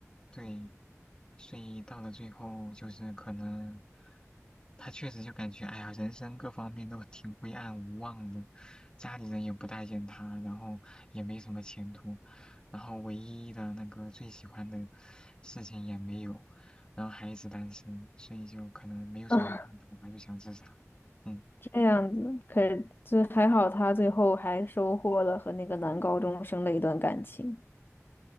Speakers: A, on the left; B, on the left.
A: 对，所以到了最后，就是可能他确实就感觉，哎呀，人生各方面都挺灰暗无望的，家里人也不待见他，然后也没什么前途，然后唯一的那个最喜欢的事情也没有，然后还一直单身，所以就可能没有什么盼头吧，
B: 啊。
A: 就想自杀。嗯。
B: 这样子，可是这还好，他最后还收获了和那个男高中生的一段感情。